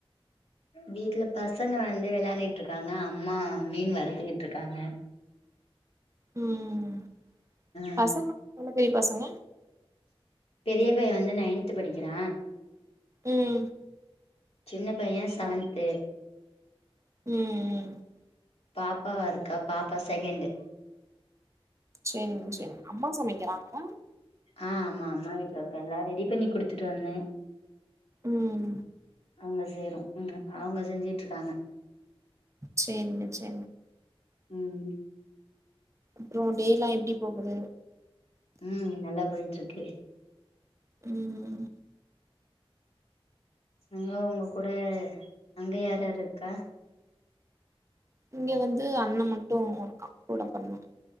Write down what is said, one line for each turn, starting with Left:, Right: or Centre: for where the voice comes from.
Left: வீட்ல பசங்க வந்து வெள்ளாண்டிட்ருக்காங்க அம்மா மீன் வறுத்துக்கிட்ருக்காங்க
Right: ம்ம் ம்
Left: ம்
Right: பசங்க நல்ல பெரிய பசங்க
Left: பெரிய பைய வந்து நைன்த் படிக்கிறா
Right: ம்
Left: சின்ன பைய சவன்த்து
Right: ம் ம்
Left: பாப்பா இருக்கா பாப்பா செகேண்டு்
Right: செரிங்க செரிங்க அம்மா சமைக்கிறாங்களா
Left: அ ஆமா அம்மா வீட்ல இருக்கே எல்லா ரெடி பண்ணி குடுத்துட்டு வந்தே
Right: ம்ம்
Left: அவுங்க சேரு ம் அவுங்க செஞ்சுட்ருக்காங்க
Right: சேரிங்க சேரி
Left: ம்
Right: அப்பறோ டேலா எப்டி போகுது
Left: ம் நல்லா போயிட்ருக்கு
Right: ம்ம்
Left: அங்க ஒங்க கூட அங்க யார் யார் இருக்கா
Right: இங்க வந்து அண்ணெ மட்டு இருக்கா கூட பொறந்தவெ